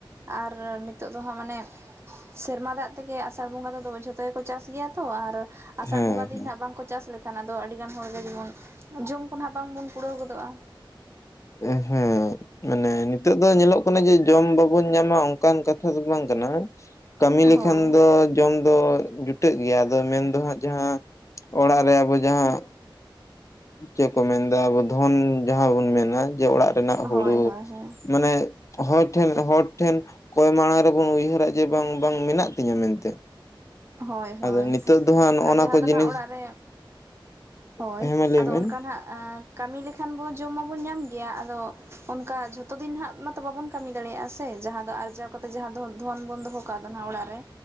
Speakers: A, on the right; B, on the left.
A: ᱟᱨ ᱱᱤᱛᱚᱜ ᱫᱚ ᱦᱟᱸᱜ ᱢᱟᱱᱮ, ᱥᱮᱨᱢᱟ ᱫᱟᱜ ᱛᱮᱜᱮ ᱟᱥᱟᱲ ᱵᱚᱸᱜᱟ ᱫᱚ ᱡᱷᱚᱛᱚ ᱜᱮ ᱠᱚ ᱪᱟᱥ ᱜᱮᱭᱟ ᱛᱚ ᱟᱨ ᱟᱥᱟᱲ
B: ᱦᱮᱸ
A: ᱵᱚᱸᱜᱟ ᱫᱤᱱ ᱦᱟᱸᱜ ᱵᱟᱝ ᱠᱚ ᱪᱟᱥ ᱞᱮᱠᱷᱟᱱ ᱟᱫᱚ ᱟᱹᱰᱤ ᱜᱟᱱ ᱦᱚᱲ ᱜᱮ ᱡᱮᱢᱚᱱ ᱡᱚᱢ ᱠᱚ ᱱᱟᱦᱟᱜ ᱵᱟᱝ ᱵᱚᱱ ᱠᱩᱲᱟᱹᱣ ᱜᱚᱫᱚᱜᱼᱟ᱾
B: ᱮ ᱦᱮᱸ ᱢᱟᱱᱮ ᱱᱤᱛᱚᱜ ᱫᱚ ᱧᱮᱞᱚᱜ ᱠᱟᱱᱟ ᱡᱮ ᱡᱚᱢ ᱵᱟᱵᱚᱱ ᱧᱟᱢᱟ ᱚᱝᱠᱟᱱ ᱠᱟᱛᱷᱟ ᱫᱚ ᱵᱟᱝ ᱠᱟᱱᱟ, ᱠᱟᱹᱢᱤ ᱞᱮᱠᱷᱟᱱ
A: ᱦᱳᱭ
B: ᱫᱚ ᱡᱚᱢ ᱫᱚ ᱡᱩᱴᱟᱹᱜ ᱜᱮᱭᱟ ᱟᱫᱚ ᱢᱮᱱ ᱫᱚ ᱦᱟᱸᱜ ᱡᱟᱦᱟᱸ ᱚᱲᱟᱜ ᱨᱮ ᱟᱵᱚ ᱡᱟᱦᱟᱸ ᱪᱮᱫ ᱠᱚ ᱢᱮᱱ ᱫᱟ ᱟᱵᱚ ᱫᱷᱚᱱ ᱡᱟᱦᱟᱸ ᱵᱚᱱ ᱢᱮᱱᱟ ᱡᱮ ᱚᱲᱟᱜ ᱨᱮᱱᱟᱜ ᱦᱩᱲᱩ
A: ᱦᱳᱭ ᱦᱳᱭ ᱦᱳᱭ
B: ᱢᱟᱱᱮ ᱦᱚᱭ ᱴᱷᱮᱱ ᱦᱚᱲ ᱴᱷᱮᱱ ᱠᱚᱭ ᱢᱟᱲᱟᱝ ᱨᱮᱵᱚᱱ ᱩᱭᱦᱟᱹᱨᱟ ᱡᱮ ᱵᱟᱝ ᱵᱟᱝ ᱢᱮᱱᱟᱜ ᱛᱤᱧᱟ ᱢᱮᱱᱛᱮ᱾
A: ᱦᱳᱭ ᱦᱳᱭ,
B: ᱟᱫᱚ ᱱᱤᱛᱚᱜ ᱫᱚ ᱦᱟᱸᱜ ᱱᱚᱜᱼᱚ
A: ᱟᱨ ᱡᱟᱦᱟᱸ
B: ᱱᱟ ᱠᱚ
A: ᱫᱚ
B: ᱡᱤᱱᱤᱥ
A: ᱦᱟᱜ ᱚᱲᱟᱜ ᱨᱮ ᱦᱳᱭ,
B: ᱦᱮᱸ ᱢᱟ ᱞᱟᱹᱭ
A: ᱟᱫᱚ
B: ᱵᱮᱱ
A: ᱚᱱᱠᱟ ᱱᱟᱜᱟᱜ ᱠᱟᱹᱢᱤ ᱞᱮᱠᱷᱟᱱ ᱵᱚ ᱡᱚᱢ ᱢᱟᱵᱚᱱ ᱧᱟᱢ ᱜᱮᱭᱟ ᱟᱫᱚ ᱚᱱᱠᱟ ᱡᱷᱚᱛᱚ ᱫᱤᱱ ᱦᱟᱸᱜ ᱢᱟ ᱛᱚ ᱵᱟᱵᱚᱱ ᱠᱟᱹᱢᱤ ᱫᱟᱲᱮᱭᱟᱜᱼᱟ ᱥᱮ ᱡᱟᱦᱟᱸ ᱫᱚ ᱟᱨᱡᱟᱣ ᱠᱟᱛᱮ ᱡᱟᱦᱟᱸ ᱫᱚ ᱫᱷᱚᱱ ᱵᱚᱱ ᱫᱚᱦᱚ ᱠᱟᱜ ᱫᱚ ᱦᱟᱸᱜ ᱚᱲᱟᱜ ᱨᱮ᱾